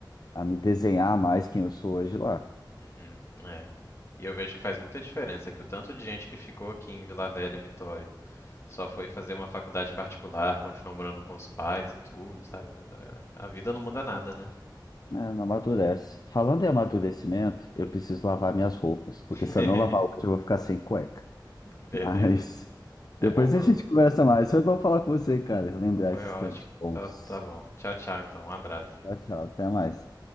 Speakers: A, on the left (about 55°); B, on the left (about 35°).
A: a me desenhar mais quem eu sou hoje lá.
B: uhum, é. E eu vejo que faz muita diferença que o tanto de gente que ficou aqui em Vila Velha e Vitória só foi fazer uma faculdade particular, continuou morando com os pais e tudo, sabe? A, a vida não muda nada, né?
A: É, não amadurece. Falando em amadurecimento, eu preciso lavar minhas roupas, porque
B: <laughs>
A: se eu não lavar hoje, eu vou ficar sem cueca.
B: Beleza.
A: Mas
B: É
A: depois
B: bom pro.
A: a gente conversa mais. Foi bom falar com você, cara. Lembrar
B: Foi
A: esses
B: ótimo.
A: tempos bons.
B: Tá, tá bom. Tchau, tchau, então. Um abraço.
A: Tchau, tchau. Até mais.